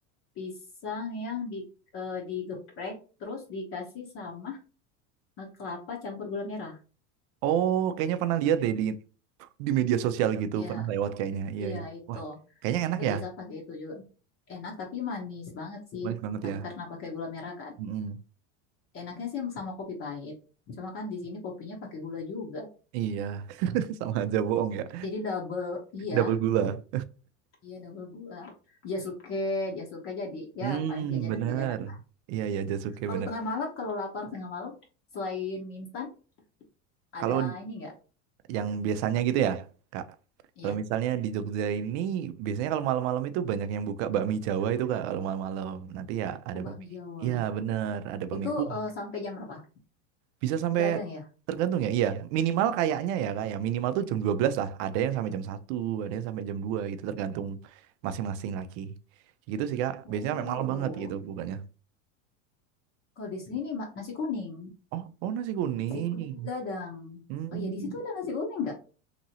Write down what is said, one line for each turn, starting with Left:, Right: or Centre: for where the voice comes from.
Left: pisang yang di, eh, digeprek terus dikasih sama eh, kelapa campur gula merah.
Right: Oh kayaknya pernah lihat deh di di media sosial gitu
Left: Ya,
Right: pernah lewat kayaknya. Iya
Left: iya
Right: iya.
Left: itu.
Right: Wah kayaknya enak
Left: Itu
Right: ya.
Left: biasa pakai itu juga. Enak tapi manis banget sih
Right: Manis banget
Left: pakai
Right: ya.
Left: karena pakai gula merah kan.
Right: Mm-mm.
Left: Enaknya sih sama kopi pahit. Cuma kan di sini kopinya pakai gula juga.
Right: Iya <laughs> sama aja bohong ya.
Left: Jadi double, iya,
Right: Double gula.
Left: iya double gula. Jasuke, jasuke jadi ya
Right: Hmm
Left: paling jajanan-jajanan
Right: bener.
Left: lah.
Right: Iya iya Jasuke
Left: Kalau
Right: bener.
Left: tengah malam, kalau lapar tengah malam, selain mie instan, ada
Right: Kalau
Left: ini nggak?
Right: yang biasanya gitu ya, Kak.
Left: Iya.
Right: Kalau misalnya di Jogja ini biasanya kalau malam-malam itu banyak yang buka bakmi Jawa itu Kak kalau malam-malam. Nanti ya ada
Left: Oh, bakmi
Right: bakmi.
Left: Jawa.
Right: Iya bener, ada bakmi
Left: Itu
Right: kuah.
Left: eh, sampai jam berapa?
Right: Bisa sampai
Left: Gadang ya?
Right: tergantung ya. Iya, minimal kayaknya ya Kak ya. Minimal tuh jam 12 lah. Ada yang sampai jam satu, ada yang sampai jam 2 gitu tergantung masing-masing lagi. Gitu sih Kak.
Left: Oh,
Right: Biasanya sampai malam banget gitu bukannya.
Left: kalau di sini ma- nasi kuning.
Right: Oh, oh nasi kuning.
Left: Nasi kuning gadang.
Right: Hmm.
Left: Oh ya, di situ ada nasi kuning nggak?